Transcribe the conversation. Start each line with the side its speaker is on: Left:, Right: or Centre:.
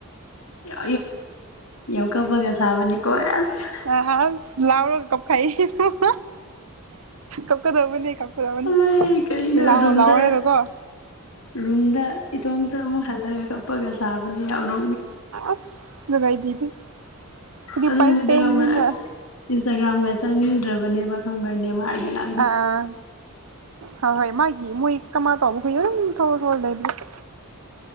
Left: ꯌꯥ ꯌꯥꯝꯅ ꯀꯞꯄꯒ ꯁꯥꯕꯅꯤꯀꯣ ꯑꯁ
Right: ꯑꯁ ꯍ ꯂꯥꯎꯔꯒ ꯀꯞꯈꯥꯏ <unintelligible> ꯀꯞ ꯀꯞꯀꯗꯧꯕꯅꯤ ꯀꯞꯀꯗꯧꯕꯅꯤ
Left: ꯑꯂꯩ ꯀꯔꯤꯅꯣ
Right: ꯂꯥꯎ
Left: ꯔꯨꯝꯗ
Right: ꯂꯥꯎꯔꯒ ꯀꯣ
Left: ꯔꯨꯝꯗ ꯏꯇꯣꯝꯇ ꯑꯃꯨꯛ ꯍꯜꯂꯒ ꯀꯞꯄꯒ ꯁꯥꯕꯅ ꯌꯥꯎꯅꯣ
Right: ꯑꯁ ꯅꯨꯡꯉꯥꯏꯕꯤꯗꯤ ꯀꯔꯤ
Left: ꯑꯗꯨ
Right: ꯄꯥꯏ
Left: ꯅꯨꯃꯤꯠꯇ
Right: ꯐꯦꯅꯤꯉ
Left: ꯈꯪꯕ꯭ꯔꯥ ꯑꯁ ꯏꯟꯁꯇꯥꯒ꯭ꯔꯥꯝꯒ ꯆꯪꯅꯤꯡꯗ꯭ꯔꯕꯅꯦꯕ ꯈꯪꯕ꯭ꯔ ꯅꯦꯃꯥꯔꯒꯤ ꯉꯥꯛ
Right: ꯑꯥ ꯍꯣꯏ ꯍꯣꯏ ꯃꯥꯒꯤ ꯃꯣꯏ ꯀꯃꯥꯏ ꯇꯧꯕ ꯑꯩꯈꯣꯏ ꯑꯗꯨꯝ ꯊꯧꯔ ꯊꯧꯔ ꯂꯩꯕꯗꯣ